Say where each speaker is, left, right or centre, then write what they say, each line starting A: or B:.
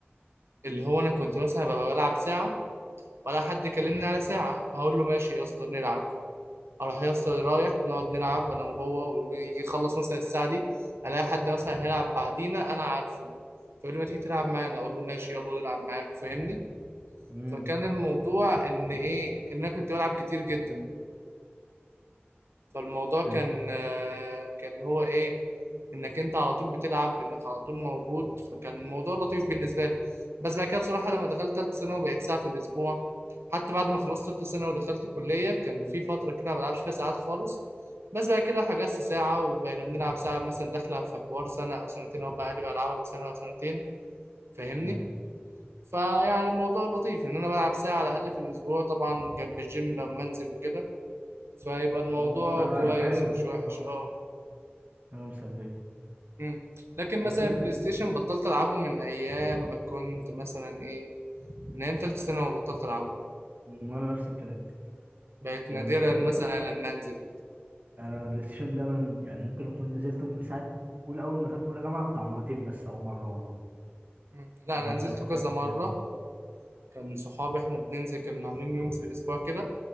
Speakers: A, on the right; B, on the right.
A: اللي هو انا كنت مثلا ببقى بلعب ساعه ولا حد كلمني على ساعه اقول له ماشي يا اسطى نلعب اروح يا اسطى رايح نقعد نلعب انا وهو ويجي يخلص مثلا الساعه دي الاقي حد مثلا هيلعب بعدينا انا عارفه فيقول لي ما تيجي تلعب معانا اقول له ماشي يلا نلعب معاك فاهمني
B: امم
A: فكان الموضوع ان ايه ان انا كنت بلعب كتير جدا فالموضوع
B: حلو
A: كان آه، كان اللي هو ايه انك انت على طول بتلعب انك على طول موجود فكان الموضوع لطيف بالنسبه لي بس بعد كده بصراحه لما دخلت ثالثه ثانوي بقيت ساعه في الاسبوع حتى بعد ما خلصت ثالثه ثانوي ودخلت كليه كان في فتره كده ما بلعبش فيها ساعات خالص بس بعد كده حجزت ساعه وبقينا بنلعب ساعه مثلا داخله في حوار سنه او سنتين او بقى لي بلعبها بسنه او سنتين فاهمني
B: امم
A: فيعني الموضوع لطيف ان انا بلعب ساعه على الاقل في الاسبوع طبعا جنب الجيم لما انزل وكده فيبقى الموضوع
B: آه، حاجة
A: كويس
B: حاجة حلوة
A: مش وحش
B: أه
A: اه
B: حاجة مسلية
A: مم. لكن
B: بس
A: مثلا
B: أنت
A: البلاي ستيشن بطلت العبه من ايام ما كنت مثلا ايه من ايام تالتة ثانوي بطلت العبه
B: مم، وأنا نفس الكلام
A: بقيت
B: يعني
A: نادرا
B: ممكن
A: مثلا
B: مثلا
A: لما انزل
B: أنا البلاي ستيشن ده من يعني ممكن أكون نزلته من ساعة أول أول ما دخلت أولى جامعة بتاع مرتين بس أو مرة والله
A: مم. لا
B: اللي
A: انا
B: هو دخلت
A: نزلته كذا
B: فيها بلاي
A: مره
B: ستيشن
A: كان صحابي احنا بننزل كنا عاملين يوم في الاسبوع كده